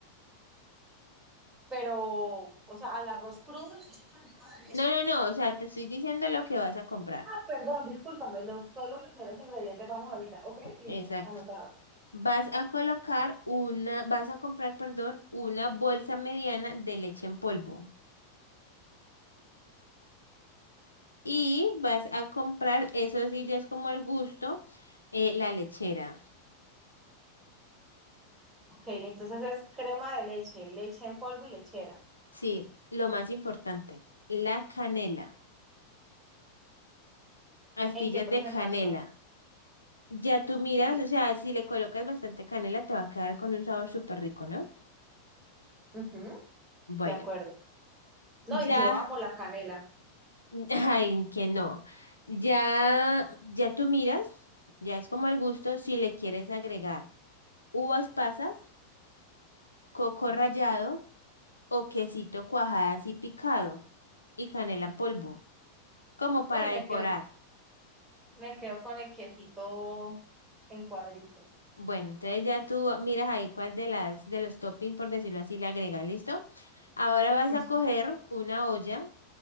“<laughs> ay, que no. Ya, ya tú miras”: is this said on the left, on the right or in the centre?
Left